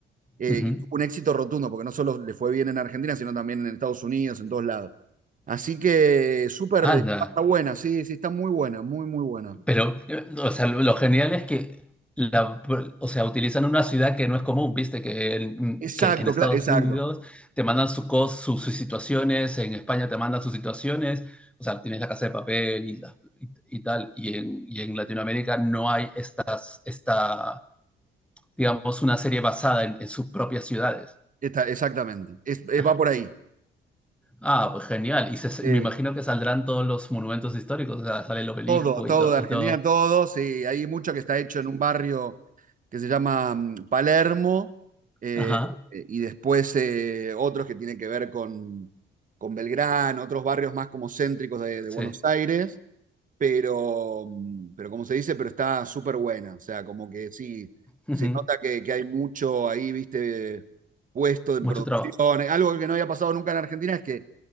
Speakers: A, on the right; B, in the centre.
A: Eh,
B: ujú.
A: y tuvo un éxito rotundo, porque no solo le fue bien en Argentina, sino también en Estados Unidos, en todos lados. Así que súper,
B: Anda.
A: está buena, sí, sí, está muy buena, muy, muy buena.
B: Pero, eh, o sea, lo, lo genial es que, la, o sea, utilizan una ciudad que no es común, viste, que en,
A: Exacto,
B: que en Estados
A: cla- exacto,
B: Unidos te mandan su cos, su- sus situaciones, en España te mandan sus situaciones, o sea, tienes la casa de papel y, la- y, y tal, y en, y en Latinoamérica no hay estas, esta, digamos, una serie basada en, en sus propias ciudades.
A: está, exactamente. Es- eh,
B: Ah,
A: va por ahí.
B: ah, pues genial, y se-
A: Eh,
B: me imagino que saldrán todos los monumentos históricos, o sea, sale el obelisco
A: todo, todo
B: y, todo
A: de Argentina,
B: y todo.
A: todo, sí. Hay mucho que está hecho en un barrio que se llama mm, Palermo, eh,
B: Ajá,
A: y después eh, otros que tienen que ver con, con Belgrano, otros barrios más como céntricos de, de
B: sí.
A: Buenos Aires. pero, mm, pero como se dice, pero está súper buena. O sea, como que sí,
B: Ujú.
A: se nota que, que hay mucho ahí, viste, puesto en
B: Mucho
A: producción.
B: trabajo.
A: Algo que no había pasado nunca en Argentina es que